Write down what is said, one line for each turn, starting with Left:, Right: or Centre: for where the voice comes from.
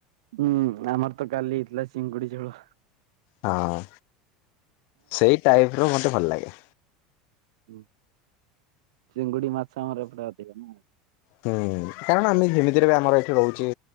Right: ହୁଁ ଆମର ତ କାଲି ହେଇଥିଲା ଚିଙ୍ଗୁଡି ଝୋଳ।
Left: ହଁ ସେଇ ଟାଇପର ମତେ ଭଲ ଲାଗେ।
Right: ଉ ଚିଙ୍ଗୁଡି ମାଛ ଆମର ଏପଟେ ଅଧିକ ନା।
Left: ହୁଁ କାରଣ ଆମେ ଯେିମିତିରେ ବି ଆମର ଏଇଠି ରହୁଚି